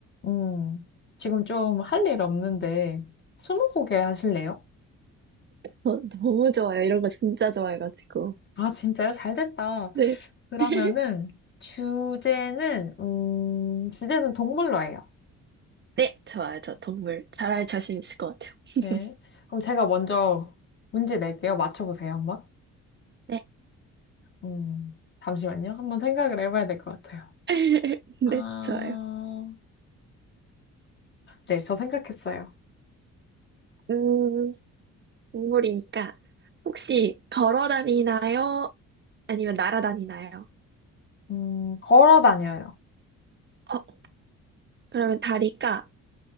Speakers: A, on the left; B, on the right.
A: 음, 지금 좀 할 일 없는데, 스무고개 하실래요?
B: 저 너무 좋아요. 이런 거 진짜 좋아해가지고.
A: 아, 진짜요? 잘 됐다.
B: 네.
A: 그러면은,
B: <laughs>
A: 주제는, 음, 주제는 동물로 해요.
B: 네, 좋아요. 저 동물 잘할 자신 있을 것 같아요. <laughs>
A: 네. 그럼 제가 먼저 문제 낼게요. 맞춰보세요, 한번.
B: 네.
A: 음, 잠시만요. 한번 생각을 해봐야 될 것 같아요.
B: <laughs> 네,
A: 아,
B: 좋아요.
A: 네, 저 생각했어요.
B: 음, 동물이니까 혹시 걸어 다니나요? 아니면 날아다니나요?
A: 음, 걸어 다녀요.
B: 어, 그러면 다리가